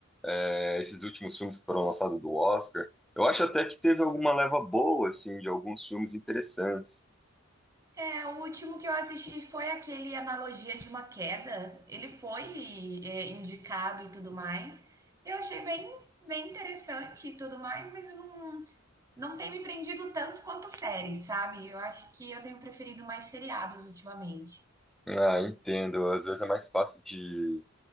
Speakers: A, in the centre; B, on the right.
A: é, esses últimos filmes que foram lançados do Oscar. Eu acho até que teve alguma leva boa, assim, de alguns filmes interessantes.
B: É, o último que eu assisti foi aquele Analogia de uma Queda. Ele foi, é, indicado e tudo mais. Eu achei bem, bem interessante e tudo mais, mas não. Não tem me prendido tanto quanto séries, sabe. Eu acho que eu tenho preferido mais seriados ultimamente.
A: Ah, entendo. Às vezes é mais fácil de,